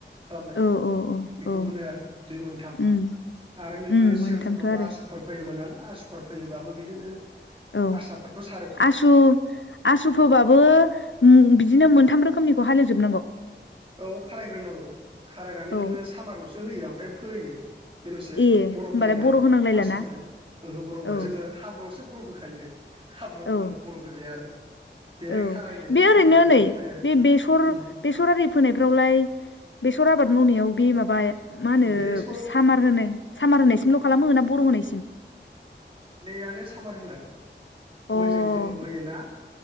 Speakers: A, on the right; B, on the left.
A: खालामनाय
B: औ औ औ
A: बेखौ
B: औ
A: होनो आरो बे मोनथाम
B: उम
A: आरो नोङो
B: उम मोनथामथ'
A: सिगां समफ्रावथ'
B: आरो
A: आसुफोर फैयो मोन नालाय आसुफोर फैयोबो बिदिनो
B: औ
A: आसाफोरथ'
B: आसु आसु फोबाबबो बिदिनो मोनथाम रोखोमनिखौ हालेवजोब नांगौ।
A: औ खारायग्रोनांगौ खारायनानै
B: औ
A: नोङो सामारल'सो होयो ओमफ्राय फोयो। बेल'सो
B: ए
A: बर'
B: होमबालाय
A: होलाया
B: होनांलायलाना
A: आसुफोरनियाव ओहो बर' होआ
B: औ
A: जोङो हाब्रुयावसो बर' होखायो हाब्रुयाव
B: औ
A: नङाबा बर' होजाया आरो बेहाय
B: औ
A: खारायनायजों
B: बे ओरैनो
A: सामार होनायजोंल'
B: नै
A: थायो आरो
B: बे बेसर
A: उम
B: बेसरि फोनायफ्रावलाय बेसर आबाद मावनायाव बे माबा मा होनो
A: बेसर
B: सामार होनाय सामार होनायसिमल' खालामो ना बर' होनायसिम
A: आनो सामार होनाय
B: अ औ
A: मैजों जोङो बोयोना